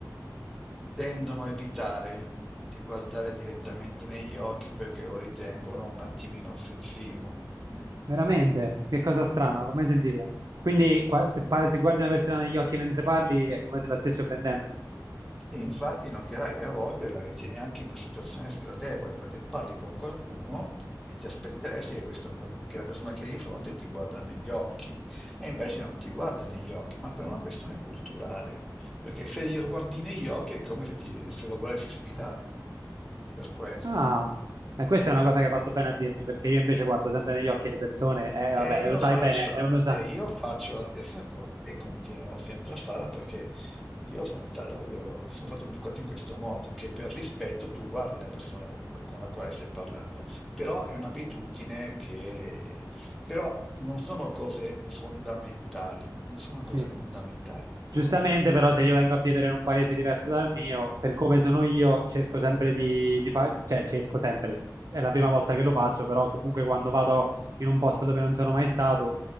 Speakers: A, in the centre; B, on the right.
A: tendono a evitare di guardare direttamente negli occhi perché lo ritengono un attimino offensivo. mm?
B: Veramente, che cosa strana, non l'ho mai sentito. Quindi qua- se, pa- se guardi una persona negli occhi mentre parli è come se la stessi offendendo.
A: Sì, infatti noterai che a volte la ritieni anche una situazione sgradevole perché parli con qualcuno e ti aspetteresti che, questo qua- che la persona che hai di fronte ti guarda negli occhi e invece non ti guarda negli occhi, ma per una questione culturale, perché se glielo guardi negli occhi è come se, ti- se lo volessi sfidare. Per questo.
B: Ah, e questa è una cosa che hai fatto bene a dirmi, perché io invece guardo sempre negli occhi le persone e vabbè,
A: E io
B: lo sai
A: faccio,
B: bene, è uno sa.
A: e io faccio la stessa cosa e continuerò sempre a farla perché io sono stato, io sono stato educato in questo modo, che per rispetto tu guardi la persona con, cui- con la quale stai parlando, però è un'abitudine che... però non sono cose fondamentali, non sono cose
B: Sì.
A: fondamentali.
B: Giustamente, però, se io vengo a vivere in un paese diverso dal mio, per come sono io, cerco sempre di, di fare, cioè cerco sempre, è la prima volta che lo faccio, però comunque quando vado in un posto dove non sono mai stato,